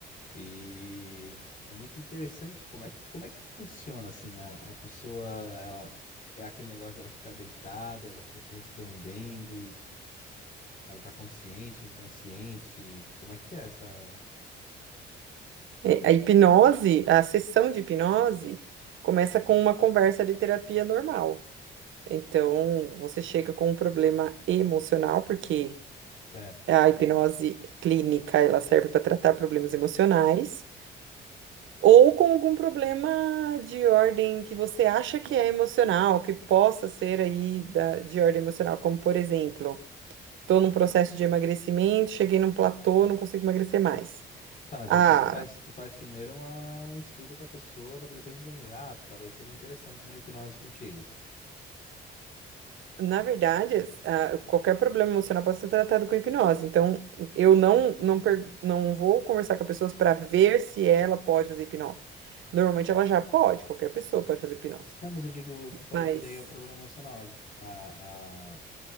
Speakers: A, on the left; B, on the right.
A: E é muito interessante como é que, como é que funciona assim a, a pessoa, ela é aquele negócio dela ficar deitada, ela fica te respondendo Ela tá consciente, inconsciente? Como é que é essa.
B: É, A hipnose, a sessão de hipnose, começa com uma conversa de terapia normal. Então, você chega com um problema emocional, porque
A: Certo.
B: a hipnose clínica, ela serve para tratar problemas emocionais, ou com algum problema de ordem que você acha que é emocional, que possa ser aí da- de ordem emocional, como por exemplo, estou num processo de emagrecimento, cheguei num platô, não consigo emagrecer mais.
A: Tá, mas
B: Ah,
A: aí então tu faz, tu faz primeiro uma- um estudo com a pessoa para depois entender. Ah, talvez seria interessante uma hipnose contigo.
B: Na verdade, es- ah, qualquer problema emocional pode ser tratado com hipnose. Então, eu não não, per- não vou conversar com as pessoas para ver se ela pode fazer hipnose. Normalmente ela já pode, qualquer pessoa pode fazer hipnose.
A: Não, mas eu digo, tu falou
B: Mas
A: que daí é o problema emocional. As- A, a,